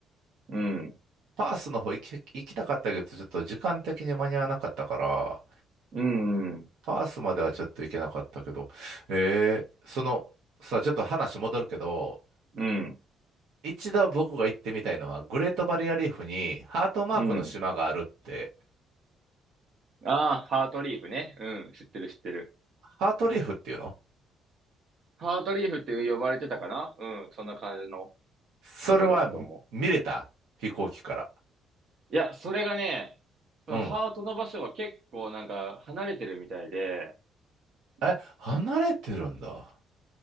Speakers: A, on the right; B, on the right.
A: うん。
B: パースの方行き、行きたかったけど、ちょっと時間的に間に合わなかったから、
A: うん
B: パースまではちょっと行けなかったけど、えー、その、さちょっと話戻るけど、
A: うん。
B: 一度僕が行ってみたいのは、グレートバリアリーフにハートマークの島があるって、
A: うん。ああ、ハートリーフね。うん。知ってる知ってる。
B: ハートリーフっていうの
A: ハートリーフって呼ばれてたかなうん。そんな感じの。
B: それは見見れた飛行機から。
A: とこだったと思う。いや、それがね、そのハートの場所は結構なんか離れてるみたいで、
B: うん。え、離れてるんだ。